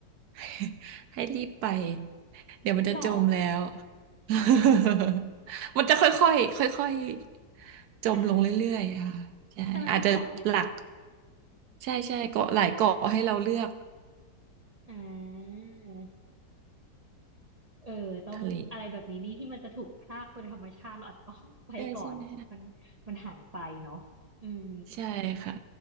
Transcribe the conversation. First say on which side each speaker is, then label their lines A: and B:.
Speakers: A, on the right; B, on the right.
A: <laughs> ให้รีบไปเดี๋ยวมันจะจมแล้ว
B: หรอ
A: <laughs> มันจะค่อยๆค่อยๆจมลงเรื่อยๆค่ะใช่อาจจะหลัก
B: อ่าแต่มันมีเกาะเยอะ
A: ใช่ใช่เกาะหลายเกาะให้เราเลือก
B: อ่า เออต้องอะไรแบบนี้นี่ที่มันจะถูกพรากเป็นธรรมชาติเราอาจจะต้องไปก่อนมันมันหายไปเนาะอืม
A: ทะเลใช่ใช่ไหมใช่ค่ะ